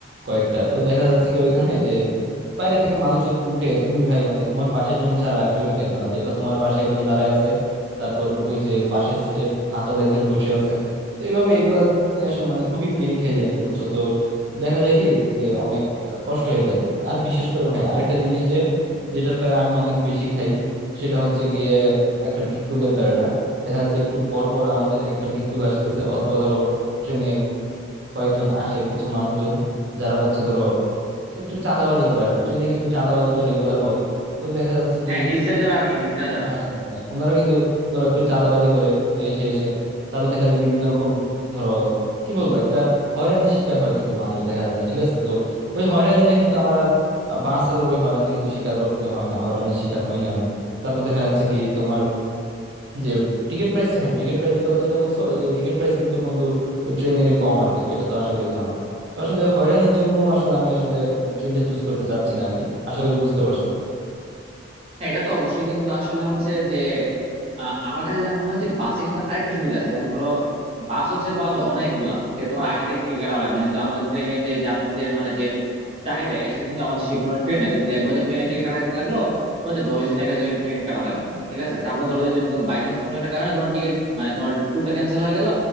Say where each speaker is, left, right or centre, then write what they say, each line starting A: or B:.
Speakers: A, on the right; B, on the right.
A: কয়েকটা তো দেখা যাচ্ছে কি ওইখানে যে বাইরে থেকে মানুষজন উঠে তুমি ভাই মানে তোমার পাশের জন ছাড়া আর কেউ দেখবে না দেখবা তোমার পাশে একজন দাঁড়ায় আছে তারপর ওই যে পাশের সিটের হাতল একজন বসে আছে তো এইভাবে এগুলা নিয়ে আসলে মানে খুবই পেন খেয়ে যায় আর কি বুঝছো তো দেখা যায় কি যে অনেক আহ, কষ্ট হয়ে যায় আর কি আর বিশেষ করে ভাই আরেকটা জিনিস যে যেটার প্যারা আমি অনেক বেশি খাই সেটা হচ্ছে গিয়ে একটা ভিক্ষুকের প্যারাটা দেখা যাচ্ছে একটু পর পর আমাদের একটা ভিক্ষুক আসতেছে অথবা ধরো ট্রেনে কয়েকজন আসে কিছু মানুষজন যারা হচ্ছে ধরো একটু চাঁদাবাজি করে আর কি ট্রেনে কিন্তু চাঁদাবাজিটা রেগুলার হয় তো দেখা যাচ্ছে কি
B: হ্যাঁ হিজড়া যারা আর কি হিজড়া যারা
A: হ্যাঁ হ্যাঁ হ্যাঁ। ওনারা কিন্তু ধরো একটু চাঁদাবাজি করে তো এসে এসে তারপর দেখা যায় বিভিন্ন রকম ধরো কি বলবো একটা হয়রানির শিকার হয় কিন্তু মানুষ দেখা যাচ্ছে ঠিক আছে তো ওই হয়রানিটা কিন্তু আমার আর আহ, বাঁচে ধরো ওই হয়রানি কিন্তু স্বীকার করতে হয় না হয়রানির শিকার হই না আমি তারপর দেখা যাচ্ছে কি তোমার যে টিকিট প্রাইসটা হ্যাঁ টিকিট প্রাইসের কথা যেটা বলছো ওই যে টিকিট প্রাইস কিন্তু বন্ধু ওই ট্রেনের কম আর কি তো এটা তো আশা করি জানো তো আসলে হয়রানির জন্য আসলে আমি আসলে ট্রেনটা চুজ করতে চাচ্ছি না আর কি আশা করি বুঝতে পারছো
B: হ্যাঁ এটা তো অবশ্যই কিন্তু আসলে হচ্ছে যে আহ, আমার কাছে যেটা মনে হয় যে বাসে কিন্তু আরেকটা সুবিধা আছে যেমন ধরো বাস হচ্ছে পাওয়া যায় অনেকগুলা যে তোমার আগে থেকে টিকিট কাটা লাগবে না। কিন্তু আমাদের ট্রেনের যে যাত্রীদের মানে যে চাহিদা এর সাথে কিন্তু আমাদের সেই পরিমাণ ট্রেন নেই তুমি দেখবা যে ট্রেনের টিকিট কাটা লাগলো তো হচ্ছে দশ দিনের কাছে ট্রেন কাটা লাগবে ঠিক আছে তারপর ধরো যে তুমি কোন বাই চান্স কোনো একটা কারণে তোমার টিকিট মানে তোমার ট্যুরটা ক্যান্সেল হয়ে গেল